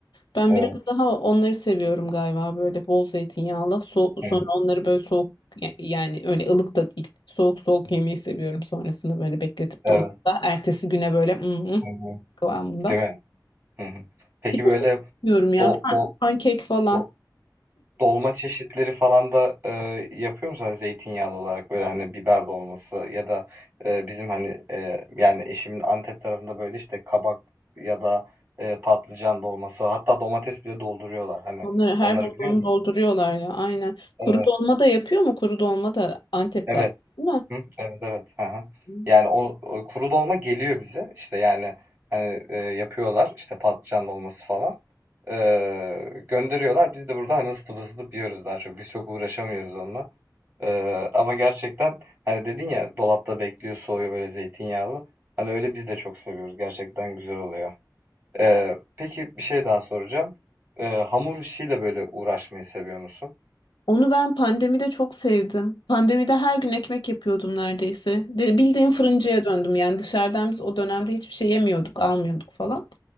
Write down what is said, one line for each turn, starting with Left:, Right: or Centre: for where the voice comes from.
Left: Ben
Right: evet.
Left: biraz daha onları seviyorum galiba böyle bol zeytinyağlı. So sonra
Right: Hı hı,
Left: onları böyle soğuk ya- yani öyle ılık da değil. Soğuk soğuk yemeyi seviyorum sonrasında böyle bekletip
Right: evet.
Left: dolapta. Ertesi güne böyle mm, mm,
Right: Hı hı.
Left: kıvamında.
Right: Değil mi? Hı hı. Peki
Left: Bir de
Right: böyle
Left: şey diyorum ya
Right: do,
Left: pan-
Right: do,
Left: pankek falan.
Right: do- Dolma çeşitleri falan da, eee, yapıyor musun? Hani zeytinyağlı olarak böyle, hani, biber dolması ya da, eee, bizim, hani, eee, yani eşimin Antep tarafında böyle, işte, kabak ya da, eee, patlıcan dolması hatta domates bile dolduruyorlar, hani.
Left: Onları her
Right: Onları
Left: bulduğunu
Right: biliyor muydun?
Left: dolduruyorlar ya aynen.
Right: Evet,
Left: Kuru dolma da yapıyor mu? Kuru dolma da Antep
Right: evet.
Left: galiba değil
Right: Hı, evet, evet. Hı hı.
Left: mi?
Right: Yani o o kuru dolma geliyor bize. İşte, yani, hani, eee, yapıyorlar, işte, patlıcan dolması falan. Eee, gönderiyorlar. Biz de burada, hani, ısıtıp ısıtıp yiyoruz daha çok. Biz çok uğraşamıyoruz onunla. Ee, ama gerçekten hani dedin ya dolapta bekliyor soğuyor böyle zeytinyağlı. Hani öyle biz de çok seviyoruz. Gerçekten güzel oluyor. Ee, peki bir şey daha soracağım. Ee, hamur işiyle böyle uğraşmayı seviyor musun?
Left: Onu ben pandemide çok sevdim. Pandemide her gün ekmek yapıyordum neredeyse. De, bildiğim fırıncıya döndüm yani dışarıdan biz o dönemde hiçbir şey yemiyorduk, almıyorduk falan.